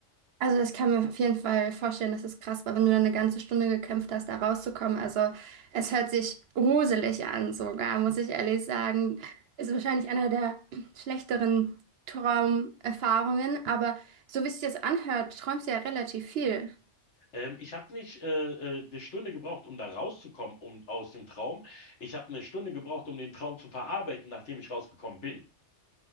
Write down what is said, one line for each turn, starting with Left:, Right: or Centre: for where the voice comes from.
Right: Also das kann man auf jeden Fall vorstellen, Das ist krass weil wenn du dann eine ganze Stunde gekämpft hast, da rauszukommen. Also es hört sich gruselig an sogar, muss ich ehrlich sagen. Ist wahrscheinlich einer der <clears throat> schlechteren Traumerfahrungen, aber so wie es sich jetzt anhört, träumst du ja relativ viel.
Left: Ähm, ich habe nicht äh, äh, eine Stunde gebraucht, um da rauszukommen, um aus dem Traum. Ich habe eine Stunde gebraucht, um den Traum zu verarbeiten, nachdem ich rausgekommen bin.